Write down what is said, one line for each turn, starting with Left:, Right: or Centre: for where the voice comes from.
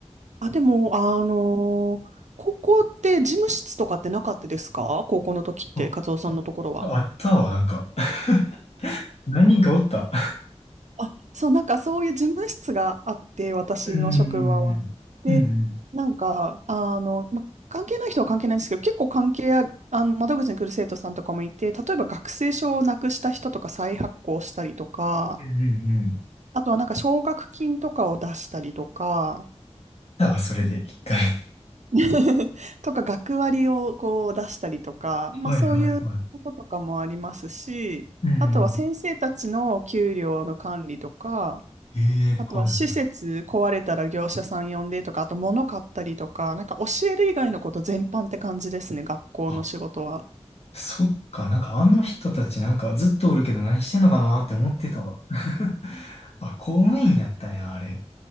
Right: あ、でも、あのー高校って事務室とかってなかったですか高校の時って、
Left: あ、
Right: カツオさんのところは。
Left: あったわ、なんか。<laughs> 何人かおった。
Right: あ、そう、なんかそういう事務室があって、私の職場は。
Left: うんうんうんうん。
Right: で、なんか、あの、ま、関係ない人は関係ないんですけど、結構関係ある、あの、窓口に来る生徒さんとかもいて、例えば学生証をなくした人とか再発行したりとか、
Left: うんうんうんうん。
Right: あとはなんか奨学金とかを出したりとか、
Left: だわ、それで、一回。
Right: <laughs> とか学割をこう出したりとか、まあそういうこととかもありますし、
Left: はいはいはい。うん。
Right: あとは先生たちの給料の管理とか、
Left: ええはいはい。
Right: あとは施設壊れたら業者さん呼んでとか、あと物買ったりとか、なんか教える以外のこと全般って感じですね、学校の仕事は。
Left: あ、そっか。なんかあの人たちなんかずっとおるけど何してんのかなって思ってたわ。<laughs> あ、公務員やったんや、あれ。